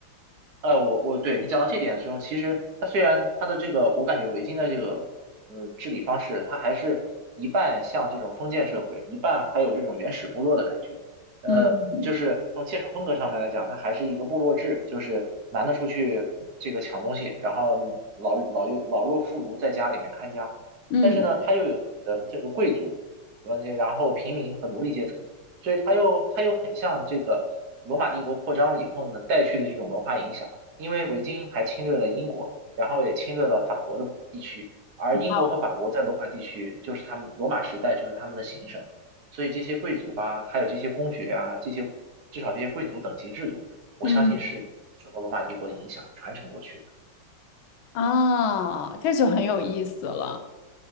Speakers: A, on the right; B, on the left.
A: 呃，我我对你讲到这点的时候，其实它虽然它的这个，我感觉维京的这个呃治理方式，它还是一半像这种封建社会，一半还有这种原始部落的感觉。呃，
B: 嗯
A: 就是从建筑风格上面来讲，它还是一个部落制，就是男的出去这个抢东西，然后老老幼老弱妇孺在家里面看家。
B: 嗯，
A: 但是呢，他又有自己的这个贵族，完全然后平民和奴隶阶层。所以它又它又很像这个罗马帝国扩张了以后呢带去的这种文化影响，因为维京还侵略了英国，然后也侵略了法国的地区，而英国和法国在罗马地区就是他们罗马时代就是他们的行省，
B: 哦，
A: 所以这些贵族啊，还有这些公爵啊，这些至少这些贵族等级制度，我相信是受到罗马帝国的影响传承过去的。
B: 嗯啊，这就很有意思了。